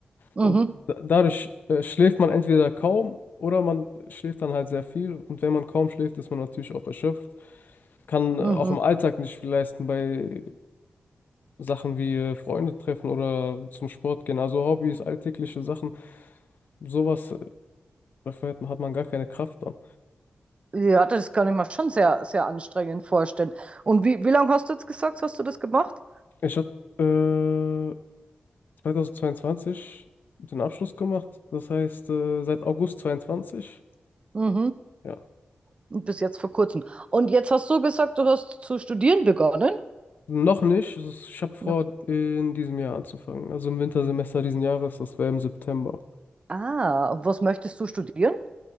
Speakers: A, on the right; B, on the left.
A: Mhm.
B: Und da, dadurch äh, schläft man entweder kaum oder man schläft dann halt sehr viel. Und wenn man kaum schläft, ist man natürlich auch erschöpft, kann äh,
A: Mhm.
B: auch im Alltag nicht viel leisten bei Sachen wie äh, Freunde treffen oder zum Sport gehen, also Hobbys, alltägliche Sachen, sowas, äh, dafür hat man, hat man gar keine Kraft dann.
A: Ja, das kann ich mir schon sehr, sehr anstrengend vorstellen. Und wie, wie lange hast du jetzt gesagt, hast du das gemacht?
B: Ich habe äh, 2022 den Abschluss gemacht, das heißt äh, seit August 22,
A: Mhm.
B: ja,
A: Und Bis jetzt vor kurzem. Und jetzt hast du gesagt, du hast zu studieren begonnen?
B: noch nicht, es ist- ich habe vor,
A: Noch.
B: in diesem Jahr anzufangen, also im Wintersemester diesen Jahres, das wäre im September.
A: Ah, und was möchtest du studieren?